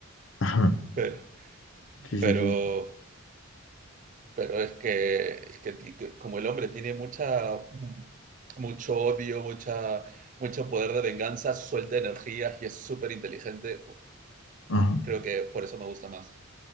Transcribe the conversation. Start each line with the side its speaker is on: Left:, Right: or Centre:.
Left: ajá.
Right: <laughs> pero
Left: Sí,
Right: Pero,
Left: sí, sí. sí.
Right: pero es que, es que ti- que como el hombre tiene mucha, mucho odio, mucha, mucho poder de venganza, suelta energía y es súper inteligente,
Left: Ajá,
Right: creo que por eso me gusta más.